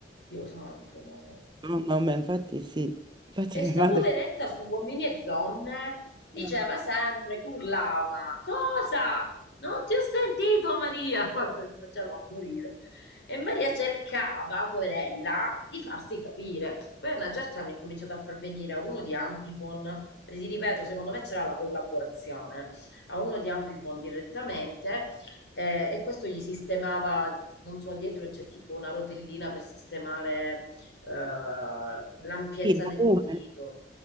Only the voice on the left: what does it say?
Dio santo, no, no.
E sta
poveretta su Uomini e Donne diceva
sempre, urlava, cosa? Non ti ho sentito Maria! <laughs> Guarda, mi faceva morire. E Maria cercava, poverella, di farsi capire. Poi a una certa hanno incominciato a far venire a uno di Amplifon, perché ti ripeto, secondo me c'era la collaborazione, a uno di Amplifon direttamente eh, e questo gli sistemava, non so, dietro c'è tipo una rotellina per sistemare ehm, l'ampiezza
dell'udito,